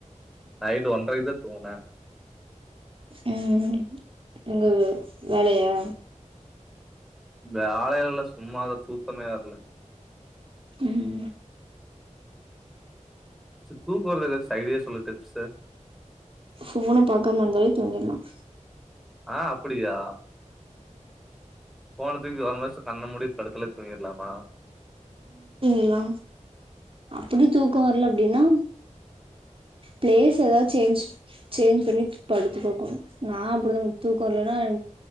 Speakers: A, in the centre; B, on the right.
A: நைட்டு ஒன்றைக்குதா து தூங்ன
B: ம் எங்க வேலையா
A: வேலை எல்லா சும்மாதா தூக்கமே வர்ல
B: ம்
A: தூங்க வரத்துக்கு ஐடியா சொல்லு டிப்ஸ்
B: போன்ன பாக்காம இருந்தாலே தூங்கிடலாம்
A: ஆ அப்புடியா போன்ன துக்கி ஒரமா வச்சுட் கண்ண மூடி படுத்தாலே தூங்கிலாமா
B: எல்லா அப்டி தூக்க வர்ல அப்டில்லா பிளேஸ் எதாது சேஞ் சேஞ்சு பண்ணி படுத்துகட்டு நா அப்புடுதா எனக்கு தூக்க வரலன்னா